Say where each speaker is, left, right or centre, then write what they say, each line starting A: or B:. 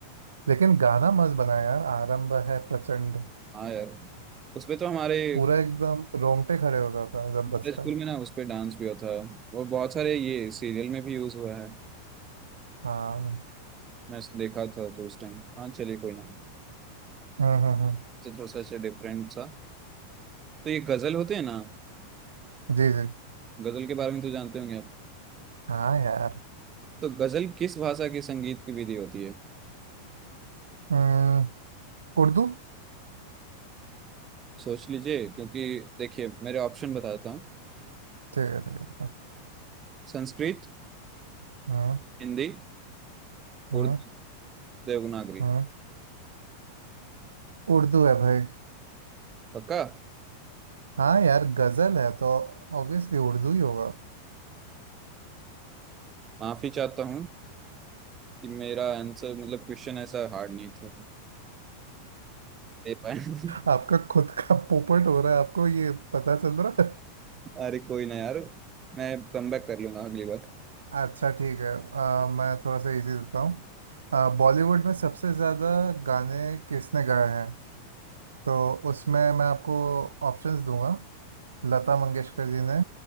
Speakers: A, on the right (about 70°); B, on the right (about 25°).
A: लेकिन गाना मस्त बनाया यार आरंभ है प्रचंड
B: हाँ यार उस पे तो हमारे
A: पूरा एकदम रोंगटे खड़े हो जाता है जब
B: हमारे
A: बजता
B: स्कूल
A: है
B: में ना उस पे डांस भी होता है और बहुत सारे ये सीरियल में भी यूज हुआ है
A: हाँ
B: मैं इस- देखा था तो उस टाइम हाँ चलिए कोई ना
A: हम्म हम्म हम्म
B: तो थोड़ा सा ऐसे डिफरेंट सा तो ये गजल होते हैं ना
A: जी जी
B: गजल के बारे में तो जानते होंगे आप
A: हाँ यार
B: तो गजल किस भाषा की संगीत की विधि होती है
A: हम्म, उर्दू
B: सोच लीजिए क्योंकि देखिए मेरे ऑप्शन बताता हूँ
A: ठीक है ठीक है ठीक है
B: संस्कृत
A: हाँ
B: हिंदी
A: हाँ
B: उर्दू देवनागरी
A: हाँ उर्दू है भाई
B: पक्का
A: हाँ यार गजल है तो ऑब्वियसली उर्दू ही होगा
B: माफी चाहता हूँ कि मेरा आंसर मतलब क्वेश्चन ऐसा हार्ड नहीं था दे पाए <laughs>
A: आपका खुद का पोपट हो रहा है आपको ये पता चल रहा है
B: अरे कोई ना यार मैं कम बैक कर लूंगा अगली बार
A: अच्छा ठीक है अ, मैं थोड़ा सा इजी देता हूँ बॉलीवुड में सबसे ज़्यादा गाने किसने गाए हैं तो उसमें मैं आपको ऑप्शंस दूंगा लता मंगेशकर जी ने